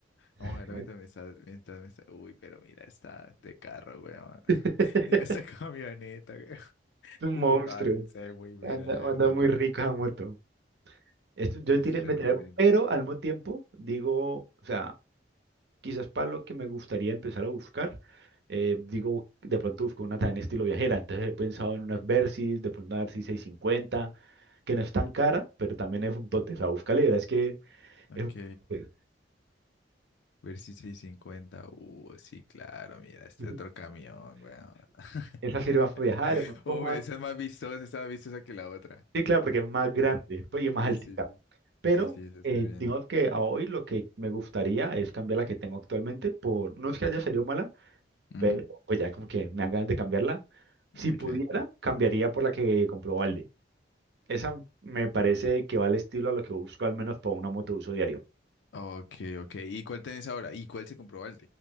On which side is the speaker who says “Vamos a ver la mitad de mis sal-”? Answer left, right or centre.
Left